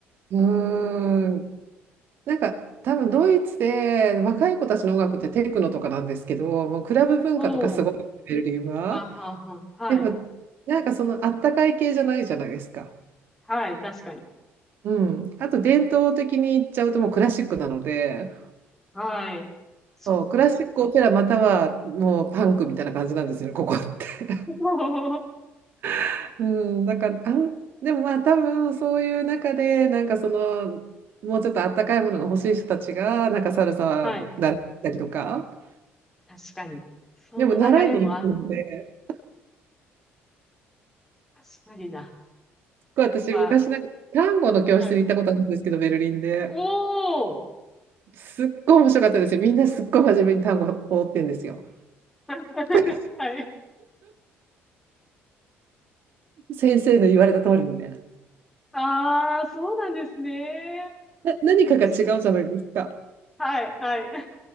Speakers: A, on the right; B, in the centre.
A: うーん、なんか多分ドイツで若い子たちの音楽ってテクノとかなんですけど、もうクラブ文化とかすごいベルリンは。
B: おおははは、はい、
A: でもなんかそのあったかい系じゃないじゃないですか。
B: はい、確かに。
A: うん。あと伝統的に言っちゃうともうクラシックなので、
B: はい、そっか。
A: そう、クラシックオペラまたはもうパンクみたいな感じなんですよね、ここって。
B: <laughs>
A: <laughs> うん、だから、あん、でもまあ多分そういう中でなんかそのもうちょっとあったかいものが欲しい人たちがなんかサルサ習ったりとか。
B: はい。確かに。その流れもあるの。
A: でも習いに行くので。
B: 確かにな。
A: 構私昔なんか単語の教室に行ったことあるんですけど、
B: あ、はい。
A: ベルリンで。
B: おー
A: すっごい面白かったですよ。みんなすっごい真面目に単語を追ってんですよ。
B: <laughs>
A: <laughs>
B: はい。
A: 先生の言われた通りにね。
B: ああ、そうなんですね。
A: な、何かが違うじゃないですか。
B: 面白い。はい、は